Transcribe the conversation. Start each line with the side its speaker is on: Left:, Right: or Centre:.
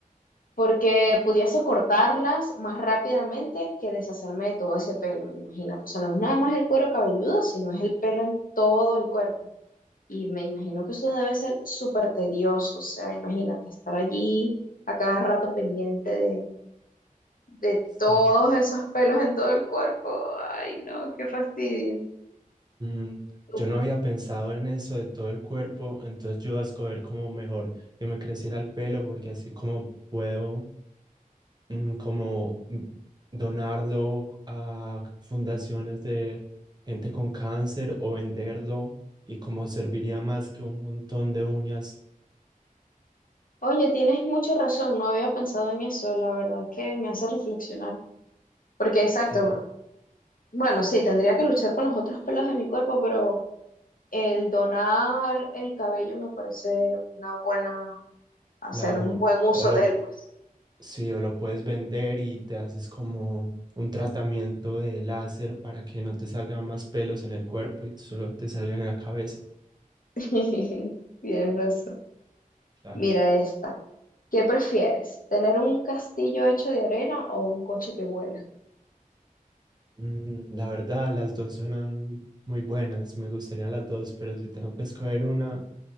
Left: porque pudiese cortarlas más rápidamente que deshacerme de todo ese pelo, imagínate. O sea, no es nada más el cuero cabelludo, sino es el pelo en todo el cuerpo. Y me imagino que eso debe ser súper tedioso, o sea, imagínate estar allí a cada rato pendiente de, de
Right: Sí.
Left: todos esos pelos en todo el cuerpo. Ay, no, qué fastidio.
Right: Mm,
Left: Tú-
Right: yo no había pensado en eso de todo el cuerpo, entonces yo voy a escoger como mejor que me creciera el pelo porque así como puedo mm, como mm, donarlo a fundaciones de gente con cáncer o venderlo y como serviría más que un montón de uñas.
Left: Oye, tienes mucha razón, no había pensado en eso, la verdad que me hace reflexionar. Porque exacto,
Right: Sí,
Left: bueno, sí, tendría que luchar con los otros pelos de mi cuerpo, pero... El donar el cabello me parece una buena, hacer
Right: claro.
Left: un buen uso
Right: O lo,
Left: de él, pues.
Right: sí, o lo puedes vender y te haces como un tratamiento de láser para que no te salgan más pelos en el cuerpo y solo te salgan en la cabeza.
Left: <laughs> Tienes razón.
Right: Claro.
Left: Mira esta. ¿Qué prefieres? ¿Tener un castillo hecho de arena o un coche que vuela?
Right: Mm, La verdad, las dos suenan muy buenas, me gustarían las dos, pero si tengo que escoger una,